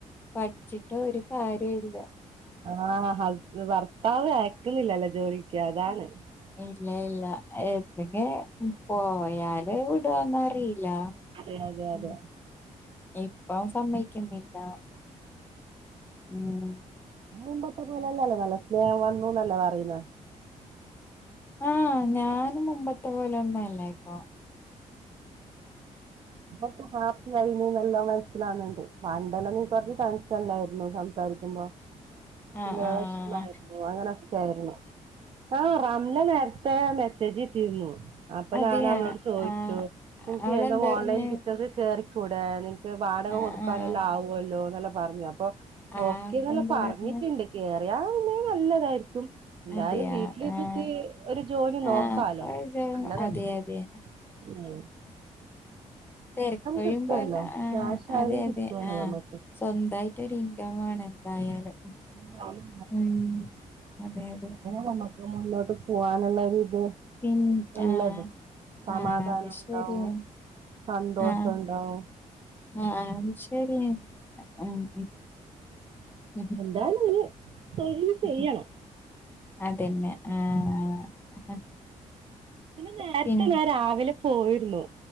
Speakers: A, on the left; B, on the right.
A: പഠിച്ചിട്ട് ഒരു കാര്യ ഇല്ല
B: ആ ഭർത്താവ് അയക്കുന്നില്ലലെ ജോലിക്ക് അതാണ്.
A: ഇല്ല ഇല്ല എ പിന്നെ പോയാല് വി ടോന്നറീല
B: അതെ അതെ അതെ
A: ഉം ഇപ്പോ സമ്മയ്ക്കുന്നില്ല ഉം
B: ഉം മുമ്പത്തെ പോലല്ലല്ലേ നല്ല സ്നേഹം വന്നുന്നല്ലേ പറയുന്ന
A: ആ ഞാനു മുമ്പത്തെ പോലെ ഒന്നു അല്ല ഇപ്പൊ
B: അപ്പൊക്കെ ഹാപ്പി ആയിനുന്നെല്ലാ മനസ്സിലാവുന്നത്. പണ്ട് ന നീ പറ്ഞ്ഞ ടെൻഷൻല്ലായിരുന്നു സംസാരിക്കുമ്പോ
A: ആഹ്
B: പിന്നെ
A: ആഹ്
B: വെഷ്മായിരുന്നു അങ്ങനെ ആ റംല നേര്ത്തെ മെസ്സേജ് ഇട്ടിരുന്നു അപ്പൊ
A: അതെയാ
B: ഞാൻ അവളോട് ചോദിച്ചു
A: ആഹ്
B: പൂപ്പി
A: അവളെന്താർഞ്ഞ്
B: എന്ത ഓൺലൈൻ ഇങ്ങക്ക് കേറിക്കൂടെ. നിൻക്ക് വാടക
A: ആഹ്
B: കൊടുക്കാനെല്ലാം
A: ആഹ്
B: ആവു അല്ലോ എന്നെല്ല പറഞ്ഞു അപ്പോ
A: ആഹ്
B: ഓക്കേ
A: അപ്പെന്താ
B: എന്നല്ല പറഞ്ഞിട്ടുണ്ട്
A: പറഞ്ഞ്
B: കേറിയാ പിന്നെ നല്ലതായിരിക്കും എന്തായാലും
A: അതെയാ
B: വീട്ടിലിരുന്നിട്ട്
A: ആഹ്
B: ഒരു ജോലി
A: ആഹ്
B: നോക്കാലോ നല്ലതല്ലേ
A: അതെ അതെ
B: ഹിയ്യോ
A: തെരക്കഴിയുമ്പോ
B: കിട്ടുവല്ലോ
A: എല്ലാം ആ
B: ക്യാഷ് ആയാലും
A: അതെ അതെ
B: കിട്ടുവല്ലോ
A: ആ
B: നമുക്ക്
A: സ്വന്തമായിട്ട് ഒരു ഇൻകം എന്തായാലും
B: എന്തായാലും
A: ഉം അതെ അതെ ഉം
B: നമ്മക്ക് മുന്നോട്ട് പോവാനുള്ളര് ഇത്
A: പിൻ
B: ഉള്ളത്
A: ആഹ്
B: സമാധാനം
A: ആഹ് അത് ശരിയാണ്
B: ഉണ്ടാവും സന്തോഷോണ്ടാവും
A: ആഹ് ആഹ് ശരി അഹ് ഉ
B: എന്തായാലുഒരു തൊഴില് ചെയ്യണം
A: ഉം. അതന്നെ ആഹ്
B: പിന്നെ നേരത്തെ
A: പിൻ
B: ഞാരാവിലെ പോയിരുന്നു